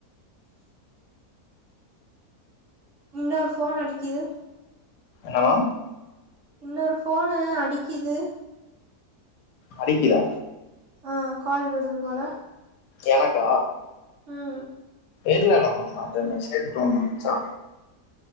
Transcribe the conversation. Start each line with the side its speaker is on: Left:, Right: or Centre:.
Right: இன்னொரு ஃபோன் அடிக்கிது
Left: ஹலோ
Right: இன்னொரு ஃபோனு அடிக்கிது
Left: அடிக்கிதா
Right: ஆஹ் கால் வர்து போல
Left: எனக்கா
Right: உம்
Left: எதுலா இல்லமா மாமா மேசேஜ் டோன் வந்துச்சா